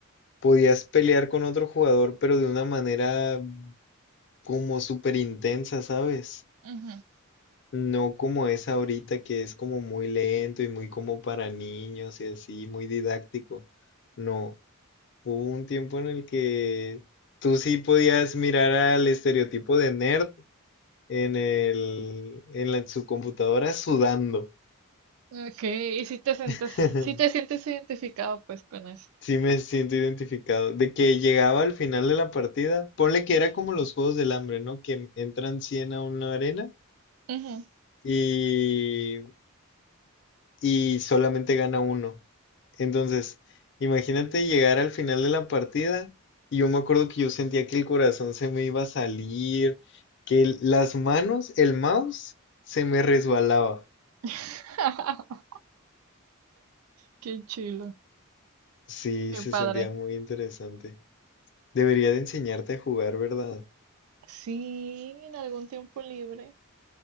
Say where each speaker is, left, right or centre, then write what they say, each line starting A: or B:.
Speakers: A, on the left (about 55°); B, on the right (about 80°).
A: Podías pelear con otro jugador, pero de una manera como súper intensa, ¿sabes?
B: Ujú.
A: No como es ahorita, que es como muy lento y muy como para niños y así, muy didáctico. No, hubo un tiempo en el que tú sí podías mirar al estereotipo de nerd en el, en la- su computadora sudando.
B: Ok, y si te sientes,
A: <laughs>
B: si te sientes identificado pues con eso.
A: Sí me siento identificado. De que llegaba al final de la partida, ponle que era como los Juegos del Hambre, ¿no? Que entran 100 a una arena
B: Ujú.
A: y, y solamente gana uno. Entonces, imagínate llegar al final de la partida y yo me acuerdo que yo sentía que el corazón se me iba a salir, que el- las manos, el mouse, se me resbalaba.
B: <laughs> Qué chilo,
A: Sí,
B: qué
A: se
B: padre.
A: sentía muy interesante. Debería de enseñarte a jugar, ¿verdad?
B: Sí, en algún tiempo libre.